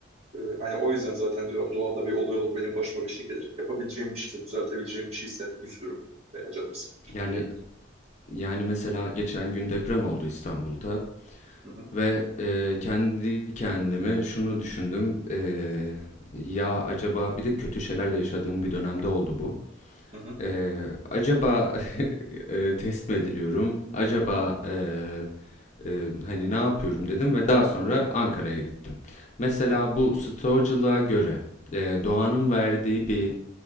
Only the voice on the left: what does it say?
Yani
yani, mesela geçen gün deprem oldu İstanbul'da
ve, eee, kendi kendime şunu düşündüm, eee, "Ya, acaba" Bir de kötü şeyler de yaşadığım bir dönemde oldu bu.
Eee, acaba, <laughs> eee, test mi ediliyorum? Acaba, eee, eee, hani, ne yapıyorum dedim ve daha sonra Ankara'ya gittim. Mesela
bu stoacılığa göre, eee, doğanın verdiği bir,